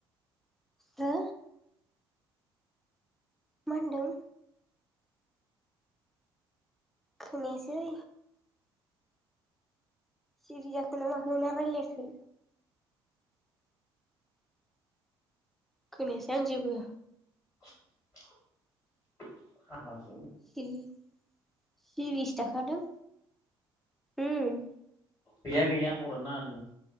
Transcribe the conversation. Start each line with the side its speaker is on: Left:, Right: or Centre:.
Centre: हो? मा होनदों? खोनायासै। सिरि जाखो ना माखो ना रायलायाखै? खोनायासै आं जेबो।
Left: <inaudible> <unintelligible>
Centre: सिरि सिरिसो थाखादों। ओम।
Left: गैया गैया टावरानो नाङा नै